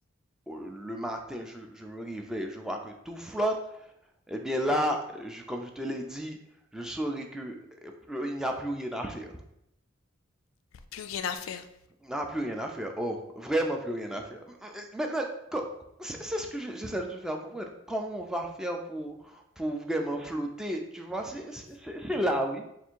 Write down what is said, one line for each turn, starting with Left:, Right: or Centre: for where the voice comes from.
Centre: où le matin, je, je me réveille, je vois que tout flotte, eh bien là, euh, je- comme je te l'ai dit, je saurai que euh, plus- il n'y a plus rien à faire.
Left: Plus rien à faire.
Centre: Il n'y a plus rien à faire. Oh, vraiment plus rien à faire. Euh, Maintenant, co- c'est c'est ce que je- j'essaie de te faire comprendre. Comment on va faire pour, pour vraiment flotter, tu vois, c'est c'est- c'est- c'est là, oui.